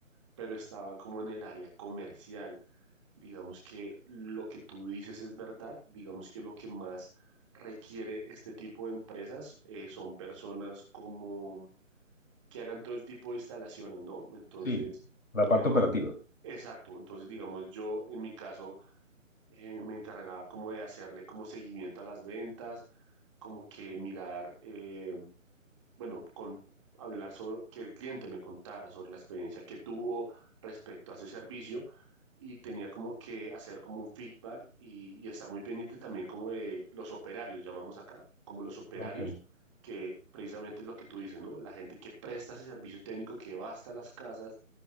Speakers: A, on the right (about 20°); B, on the left (about 70°).
A: pero estaba como en el área comercial. Digamos que lo que tú dices es verdad, digamos que lo que más requiere este tipo de empresas eh, son personas como que hagan todo el tipo de instalaciones, ¿no? Entonces,
B: Sí, la
A: tú
B: parte
A: me... co-
B: operativa.
A: Exacto, entonces digamos yo en mi caso eh, me encargaba como de hacerle como seguimiento a las ventas, como que mirar eh, bueno, con, hablar sobre que el cliente me contara sobre la experiencia que tuvo respecto a ese servicio y tenía como que hacer como un feedback y, y estar muy pendiente también como de los operarios, llamamos acá, como los operarios,
B: Ok.
A: que precisamente es lo que tú dices, ¿no? La gente que presta ese servicio técnico, que va hasta las casas,